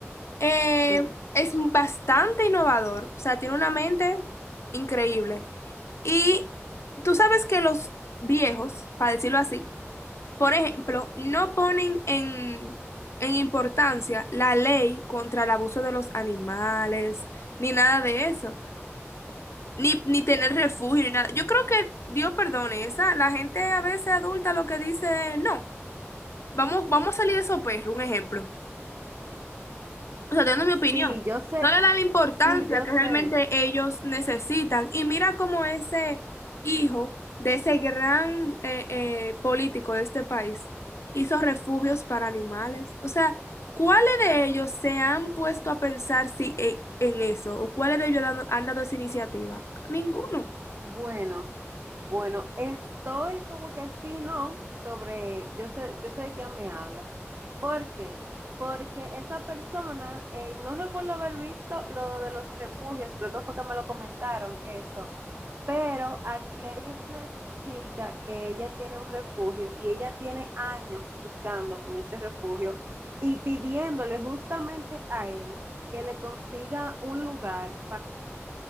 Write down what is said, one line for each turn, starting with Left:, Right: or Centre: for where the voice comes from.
Left: eh,
Right: sí.
Left: es bastante innovador, o sea, tiene una mente increíble. Y tú sabes que los viejos, para decirlo así, por ejemplo, no ponen en, en importancia la ley contra el abuso de los animales, ni nada de eso, ni, ni tener refugio, ni nada. Yo creo que, Dios perdone, esa, la gente a veces adulta lo que dice, no, vamos, vamos a salir de esos perros, un ejemplo. O sea, dando mi
Right: Sí,
Left: opinión,
Right: yo sé,
Left: no le da la importancia
Right: sí, yo
Left: que realmente
Right: sé.
Left: ellos necesitan. Y mira cómo ese hijo de ese gran eh, eh, político de este país hizo refugios para animales. O sea, ¿cuáles de ellos se han puesto a pensar si, eh, en eso? ¿O cuáles de ellos han, han dado esa iniciativa? Ninguno.
Right: Bueno, bueno, estoy como que sí, no, sobre, yo sé, yo sé de quién me hablas. ¿Por qué? Porque esa persona, eh, no recuerdo haber visto lo de los refugios, creo que fue que me lo comentaron eso, pero aquí hay una chica que ella tiene un refugio y ella tiene años luchando con ese refugio y pidiéndole justamente a él que le consiga un lugar